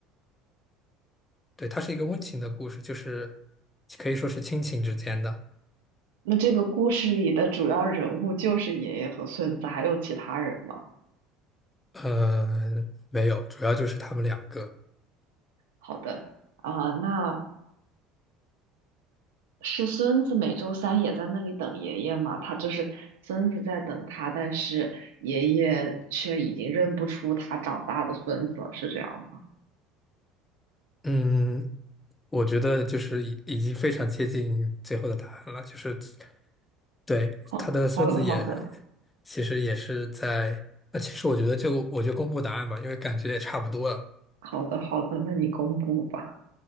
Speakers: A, on the left (about 20°); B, on the right (about 80°).
A: 对，它是一个温情的故事，就是可以说是亲情之间的。
B: 那这个故事里的主要人物就是爷爷和孙子，还有其他人吗？
A: 呃，没有，主要就是他们两个。
B: 好的。啊，那是孙子每周三也在那里等爷爷嘛，他就是孙子在等他，但是爷爷却已经认不出他长大的孙子了，是这样吗？
A: 嗯，我觉得就是已已经非常接近最后的答案了，就是对他的孙子也
B: 好，好的，好的，
A: 其实也是在。那其实我觉得就我就公布答案吧，因为感觉也差不多了。
B: 好的，好的，那你公布吧。